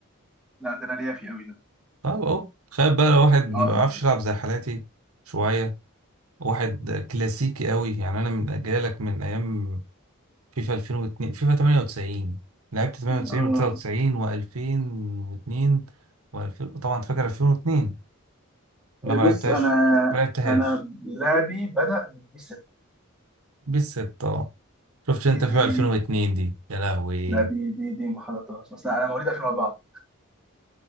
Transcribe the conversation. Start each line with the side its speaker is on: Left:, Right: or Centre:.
Centre: لا ده انا ليا في قوي ده
Right: طب اهو تخيل بقى لو واحد ما
Centre: اه
Right: بيعرفش يلعب زي حالاتي شوية واحد كلاسيكي قوي يعني انا من جايلك من ايام فيفا 2002 فيفا 98 لعبت 98
Centre: آه.
Right: و99 و2002 و2000 طبعا فاكر 2002 ولا ما
Centre: بص
Right: لعبتهاش
Centre: أنا
Right: ما لعبتهاش
Centre: أنا لعبي بدأ من بي 6
Right: بالستة شفت
Centre: دي
Right: انت فيفا
Centre: دي
Right: 2002 دي يا لهوي
Centre: لا دي دي دي ما حضرتهاش اصل انا مواليد 2004